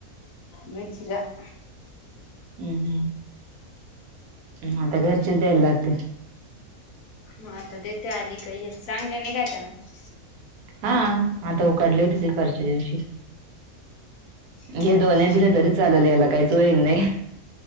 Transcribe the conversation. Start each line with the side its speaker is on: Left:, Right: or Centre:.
Left: मथला <unintelligible>
Right: हम्म. हम्म. मग आता घरचीच द्यायला लागतील.
Left: मग आता देते आलीकी य चांगले. नाही का त्याना <unintelligible>
Right: हा, हा, आता उकडले होती ते परवाच्या दिवशी.
Left: झालं
Right: हे दोन
Left: ना
Right: दिले तरी चालेल, याला काहीच होईल नाही.